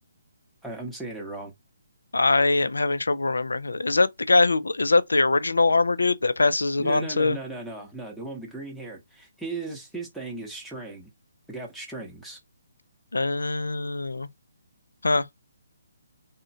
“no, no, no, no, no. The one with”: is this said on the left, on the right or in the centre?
Centre